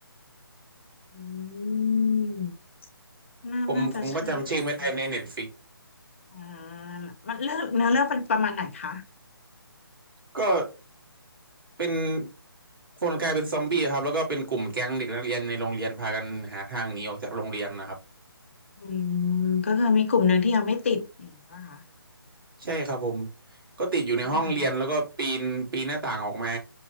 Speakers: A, on the left (about 30°); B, on the right (about 60°).
A: อืมน่าน่าจะใช่ไหมคะ
B: ผมผมก็จำชื่อไม่ได้ในเน็ตฟิก
A: อ่ามันเลือกเนื้อเรื่องเป็นประมาณไหนคะ
B: ก็เป็นคนกลายเป็นซอมบี้ครับแล้วก็เป็นกลุ่มแก๊งเด็กนักเรียนในโรงเรียนพากันหาทางหนีออกจากโรงเรียนนะครับ
A: อืมก็คือมีกลุ่มหนึ่งที่ยังไม่ติดอย่างนี้ป่ะคะ
B: ใช่ครับผมก็ติดอยู่ในห้องเรียนแล้วก็ปีนปีนหน้าต่างออกมา
A: ค่ะ